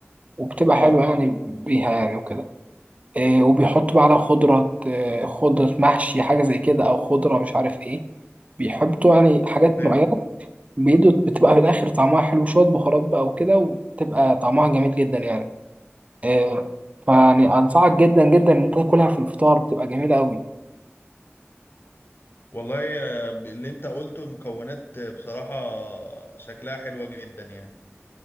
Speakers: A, on the right; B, on the left.
A: وبتبقى
B: اه
A: حلوه يعني بيها يعني وكده آه، وبيحطوا بقى على خضره آه، خضره محشي حاجه زي كده او خضره مش عارف ايه بيحطوا يعني حاجات
B: فهمت
A: معينه بيدو بتبقى في الاخر طعمها حلو شويه بهارات بقى وكده وبتبقى طعمها جميل جدا يعني آه، فيعني انصحك جدا جدا ان انت تاكلها في الفطار بتبقى جميله قوي
B: والله آه، اللي انت قلته مكونات آه، بصراحة شكلها حلوة جدا يعني